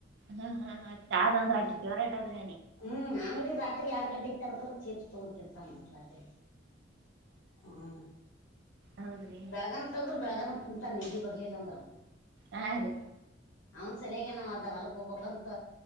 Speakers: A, on the right (about 60°); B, on the left (about 80°).
A: ಹ್ಮ್ ಹ್ಮ ಹ ಚ ಆದ್ ಅಂದ್ರೆ ಆಟ ಚೇವರ ಆಟ ಆದ್ರೆ
B: ಹ್ಮ್ ಅಂಗಡಿ ರಾತ್ರಿ ಎರಡ್ ಗಂಟೆಗೆ ತರದ್ರ ಚೀಪ್ ತಗೋತಿರ್ತಾನ ನೋಡಿ ಹ್ಮ
A: ಹೌದ್ರಿ
B: ಬೇಗಾನ ತಗದ್ರ ಬಳಗನ ತಿಂತಾನ ನಿದ್ದಿ ಬರ್ಲಿಲ್ಲ ಅಂದ್ರ
A: ಹಾ ರೀ
B: ಅವನ್ ಸಲಗ ನಾವ್ ಅದ ಹೊಲಕ್ ಹೋಗ್ಬೇಕಂತ